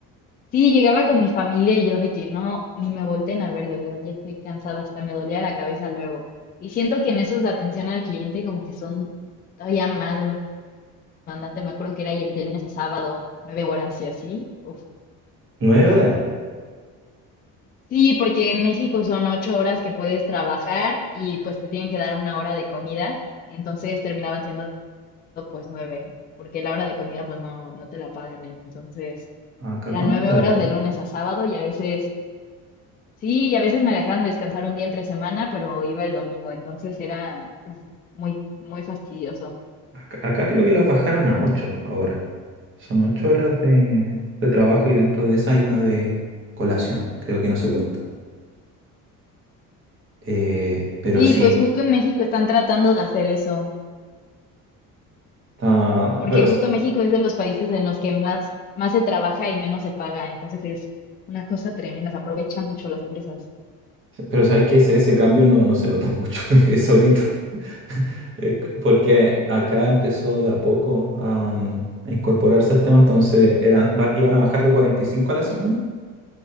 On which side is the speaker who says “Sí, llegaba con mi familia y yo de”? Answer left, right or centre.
Left